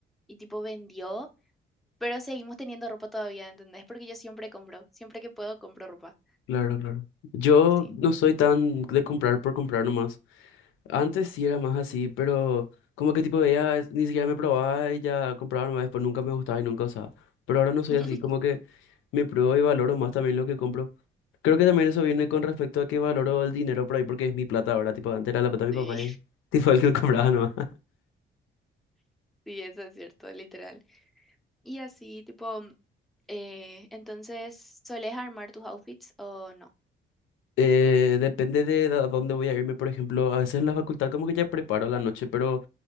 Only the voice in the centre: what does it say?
y tipo vendió, pero seguimos teniendo ropa todavía, ¿entendés? Porque yo siempre compro, siempre que puedo compro ropa
y así.
<laughs>
Sí,
sí, eso es cierto, literal. Y así, tipo... Eh, entonces, ¿soles armar tus outfits o no?